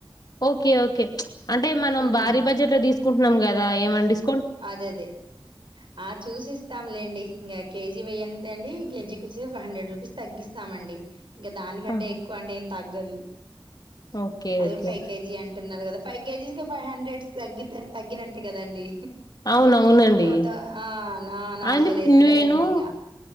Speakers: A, on the left; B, on the right.
A: ఓకే ఓకే అంటే మనం
B: హ్మ్.
A: భారీ బడ్జెట్ లో తీసుకుంటున్నాం కదా ఏమండి డిస్క
B: అదే అదే ఆ చూసిస్తాంలేండి ఇంకా కేజీ వెయ్యంటే అండి కేజీకి వచ్చి ఒక హండ్రెడ్ రూపీస్ తగిస్తామండి ఇంకా దానికంటే
A: ఆహా!
B: ఎక్కువ అంటే ఏం తగ్గదు
A: ఓకే
B: అది
A: ఓకే
B: కూడా ఫైవ్ కేజీ అంటే అంటున్నారు కదా ఫైవ్ కే జిస్కు ఫైవ్ హండ్రెడ్స్ తగ్ తగ్గినట్టే కదండి
A: అవునవునండి
B: కొరత ఆ నా నాలుగు
A: అండి
B: వేల ఐదు వందల
A: నేను
B: అయిద్దిగా